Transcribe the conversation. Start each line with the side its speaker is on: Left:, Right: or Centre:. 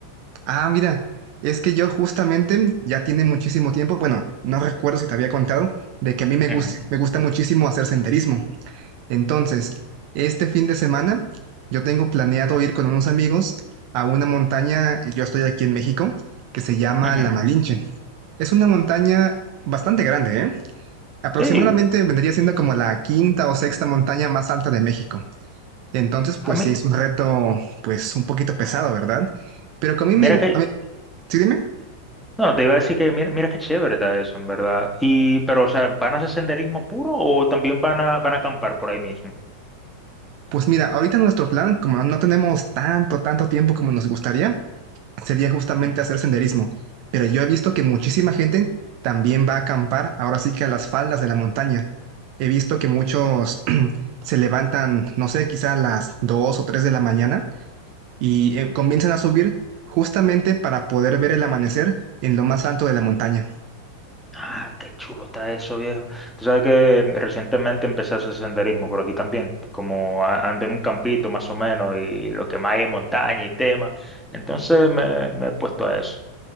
Right: Ah, mira, es que yo justamente ya tiene muchísimo tiempo, bueno, no recuerdo si te había contado, de que a mí me
Centre: Ujú,
Right: gus- me gusta muchísimo hacer senderismo. Entonces, este fin de semana yo tengo planeado ir con unos amigos a una montaña, yo estoy aquí en México, que se llama
Centre: ujú.
Right: La Malinche. Es una montaña bastante grande, ¿eh? Aproximadamente
Centre: Sí,
Right: vendría siendo como la quinta o sexta montaña más alta de México. Entonces,
Centre: a
Right: pues
Centre: mí,
Right: sí, es un reto, pues un poquito pesado, ¿verdad? Pero que a mí
Centre: mira
Right: me... gu-
Centre: que,
Right: A mí- sí, dime.
Centre: no, te iba a decir que mira, mira qué chévere está eso, en verdad. Y, pero, o sea, ¿van a hacer senderismo puro o también van a, van a acampar por ahí mismo?
Right: Pues mira, ahorita nuestro plan, como no no tenemos tanto, tanto tiempo como nos gustaría, sería justamente
Centre: Ujú.
Right: hacer senderismo. Pero yo he visto que muchísima gente también va a acampar, ahora sí que a las faldas de la montaña. He visto que muchos <clears throat> se levantan, no sé, quizá a las 2 o 3 de la mañana y eh, comienzan a subir justamente para poder ver el amanecer en lo más alto de la montaña.
Centre: Ah, qué chulo está eso, viejo. Tú sabes que recientemente empecé a hacer senderismo por aquí también, como a- ando en un campito más o menos y lo que más hay es montaña y tema. Entonces me, me he puesto a eso.